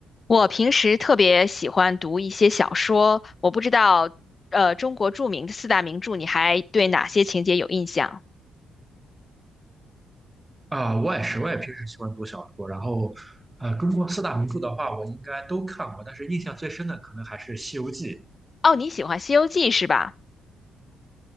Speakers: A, on the left; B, on the right.
A: 我平时特别喜欢读一些小说，我不知道，呃，中国著名的四大名著，你还对哪些情节有印象？
B: 啊、我也是，我也平时喜欢读小说。然后，呃，中国四大名著的话，我应该都看过，但是印象最深的可能还是《西游记》。
A: 哦，你喜欢《西游记》是吧？